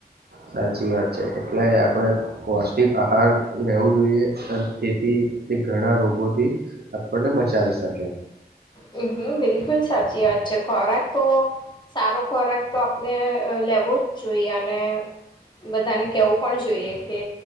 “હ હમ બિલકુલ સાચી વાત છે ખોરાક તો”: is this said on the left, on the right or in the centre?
Left